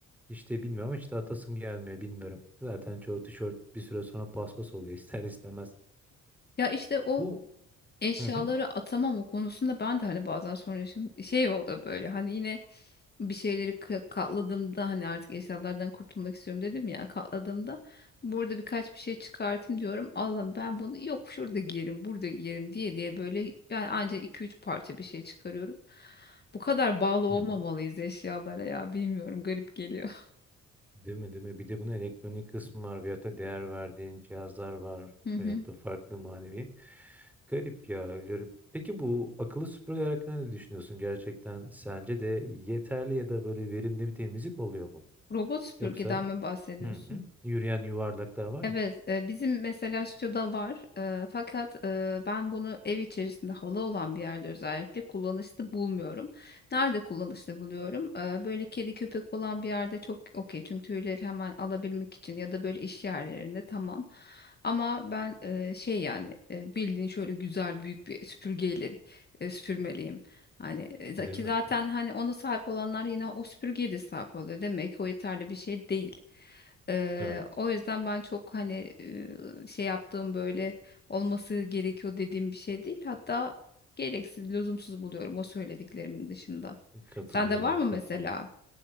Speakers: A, in the centre; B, on the left.
A: İşte bilmiyorum ama işte atasım gelmiyor bilmiyorum. Zaten çoğu tişört bir süre sonra paspas oluyor <laughs> ister istemez.
B: Ya işte o
A: Bu
B: eşyaları
A: hı hı.
B: atamam o konusunda ben de hani bazen sonra yaşım şey oldu böyle hani yine bir şeyleri ka- katladığımda hani artık eşyalardan kurtulmak istiyorum dedim ya katladığımda burada birkaç bir şey çıkartayım diyorum Allah'ım ben bunu yok şurada giyerim burada giyerim diye diye böyle yani ancak iki üç parça bir şey çıkarıyorum. Bu kadar bağlı olmamalıyız
A: Hı hı.
B: eşyalara ya bilmiyorum garip geliyor.
A: Değil mi değil mi? Bir de bunun elektronik kısmı var veyahut da değer verdiğin cihazlar var
B: <laughs>
A: veyahut da farklı manevi. Garip ya garip. Peki bu akıllı süpürgeler hakkında ne düşünüyorsun gerçekten? Sence de yeterli ya da böyle verimli bir temizlik oluyor mu?
B: Robot süpürgeden
A: Yoksa
B: mi bahsediyorsun?
A: Hı hı. Yürüyen yuvarlaklar var
B: Evet,
A: ya.
B: e, bizim mesela stüdyoda var. E, fakat e, ben bunu ev içerisinde havalı olan bir yerde özellikle kullanışlı bulmuyorum. Nerede kullanışlı buluyorum? E, böyle kedi köpek olan bir yerde çok okey. Çünkü tüyleri hemen alabilmek için ya da böyle iş yerlerinde tamam. Ama ben e, şey yani e, bildiğin şöyle güzel büyük bir süpürgeyle e, süpürmeliyim. Hani e, za-
A: Değil
B: ki
A: mi?
B: zaten hani ona sahip olanlar yine o süpürgeye de sahip oluyor. Demek ki o yeterli bir şey değil. Eee,
A: Evet.
B: o yüzden ben çok hani eee, şey yaptığım böyle olması gerekiyor dediğim bir şey değil. Hatta gereksiz, lüzumsuz buluyorum o söylediklerimin dışında.
A: Katılıyorum,
B: Sende var mı
A: katılıyorum.
B: mesela?